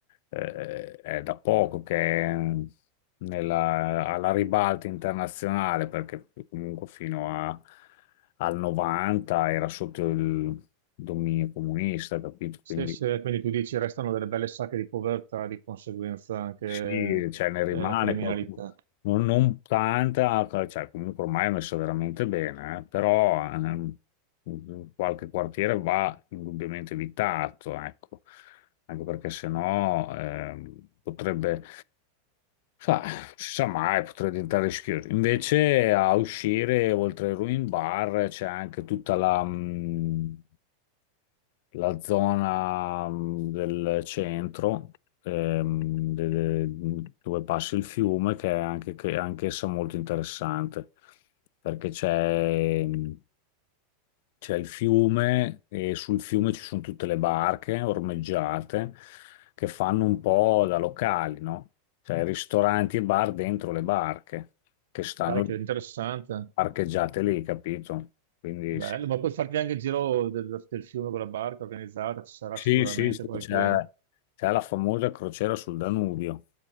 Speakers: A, on the left (about 65°); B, on the right (about 85°).
A: eh, è da poco che è nella- alla ribalta internazionale, perché comunque fino a- al 90 era sotto il dominio comunista, capito? Quindi
B: Sì, sì, quindi tu dici restano delle belle sacche di povertà, di conseguenza anche
A: Sì, cioè ne rimane
B: eh, la criminalità.
A: qualcuno, non, non tanta, cioè comunque ormai è messo veramente bene, eh, Però ehm, qualche quartiere va indubbiamente evitato, ecco, anche perché sennò ehm, potrebbe Sa, non si sa mai, potrei diventare rischioso. Invece a uscire, oltre ai Ruin Bar, c'è anche tutta la, mh, la zona mh, del centro, ehm, de- de- dove passa il fiume, che è anche, che è anch'essa molto interessante, perché c'è... mm, c'è il fiume e sul fiume ci sono tutte le barche ormeggiate che fanno un po' da locali, no? Cioè ristoranti e bar dentro le barche che stanno
B: Dai, che interessante.
A: parcheggiate lì, capito? Quindi
B: Bello,
A: sì,
B: ma puoi farti anche il giro del, del fiume con la barca organizzata, ci sarà
A: sì,
B: sicuramente
A: sì, sì,
B: qualche...
A: c'è c'è la famosa crociera sul Danubio.